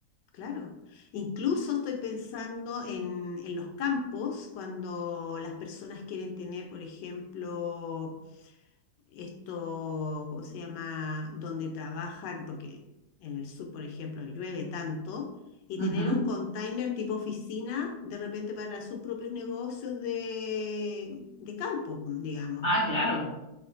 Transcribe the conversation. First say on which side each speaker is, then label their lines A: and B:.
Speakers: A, on the left; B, on the left.
A: claro. Incluso estoy pensando en, en los campos, cuando las personas quieren tener, por ejemplo, esto, ¿cómo se llama? Donde trabajan, porque en el sur, por ejemplo, llueve tanto, y
B: Ujú.
A: tener un container tipo oficina, de repente para sus propios negocios de, de campo, digamos.
B: Ah, claro,